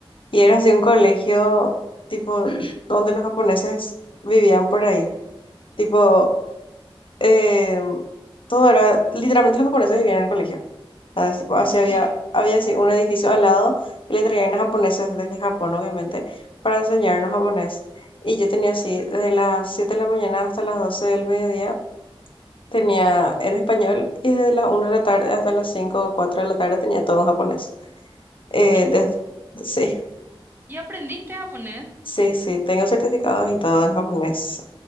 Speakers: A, on the left (about 60°); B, on the right (about 20°).
A: Y era así un colegio, tipo, donde los japoneses vivían por ahí. Tipo, eh, todo era, literalmente los japoneses vivían en el colegio. ¿sabes? Tipo, así
B: En serio,
A: había, había así un edificio al lado y le traían a japoneses desde Japón, obviamente, para enseñarnos japonés. Y yo tenía así, de las 7 de la mañana hasta las 12 del mediodía tenía en español y desde las una de la tarde hasta las 5 o 4 de la tarde tenía todo en japonés. Eh,
B: es un-
A: des- sí,
B: ¿Y aprendiste japonés?
A: sí, sí, tengo certificados y todo en japonés.